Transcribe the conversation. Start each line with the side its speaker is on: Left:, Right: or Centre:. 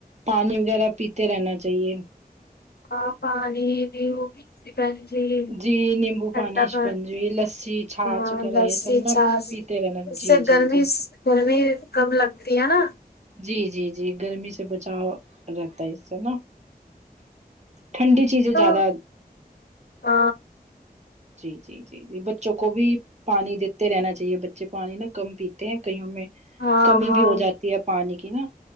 Right: پانی وغیرہ پیتے رہنا چاہیے
Left: ہاں پانی بھی ہوگی اس سے پہلے جی
Right: جی نیمبو
Left: ٹھنڈا
Right: شکنجی
Left: پانی
Right: لسی چھاچھ
Left: آ
Right: وغیرہ
Left: لسسی
Right: یہ سب نا
Left: چانچ
Right: پیتے رہنا
Left: اس
Right: جی
Left: سے
Right: جی
Left: گرمی
Right: جی
Left: گرمی کم لگتی ہے نا
Right: جی جی جی گرمی سے بچاؤ رہتا ہے اس سے نا ٹھنڈی چیزیں
Left: تو
Right: زیادہ
Left: ہ
Right: جی جی جی بچوں کو بھی پانی دیتے رہنا چاہیے بچے پانی نا کم پیتے ہیں کئیوں میں
Left: ہاں
Right: کمی
Left: ہاں
Right: بھی ہو جاتی ہے پانی کی نا